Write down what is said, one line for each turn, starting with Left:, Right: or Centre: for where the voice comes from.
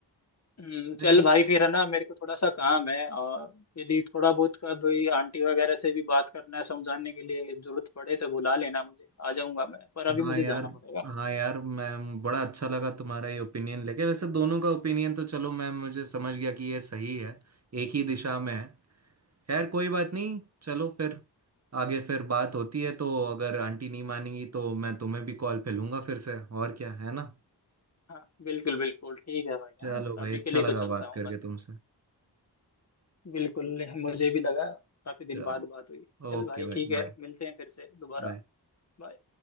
Left: हम्म,
Right: भाई,
Left: चल भाई फिर है ना मेरे को थोड़ा सा काम है और यदि थोड़ा बहुत कभी आंटी वगैरह से भी बात करना है समझाने के लिए जरूरत पड़े तो बुला लेना मुझे आ जाऊंगा मैं पर अभी
Right: हाँ
Left: मुझे
Right: यार
Left: जाना पड़ेगा
Right: हाँ यार मैं बड़ा अच्छा लगा तुम्हारा ये ओपिनियन लेके वैसे दोनों का ओपिनियन तो चलो मैं मुझे समझ गया कि ये सही है एक ही दिशा में है खैर कोई बात नहीं चलो फिर आगे फिर बात होती है तो अगर आंटी नहीं मानेंगी तो मैं तुम्हें भी कॉल पे लूंगा फिर से और क्या है ना
Left: हाँ बिल्कुल बिल्कुल ठीक है भाई
Right: चलो
Left: हाँ
Right: भाई
Left: अभी
Right: अच्छा
Left: के लिए
Right: लगा
Left: तो चलता
Right: बात
Left: हूँ
Right: करके
Left: भाई
Right: तुमसे
Left: बिल्कुल मुझे भी लगा काफी दिन
Right: चलो
Left: बाद बात हुई चल
Right: ओके
Left: भाई
Right: भाई
Left: ठीक है
Right: बाय
Left: मिलते हैं फिर से दोबारा
Right: बाय
Left: बाय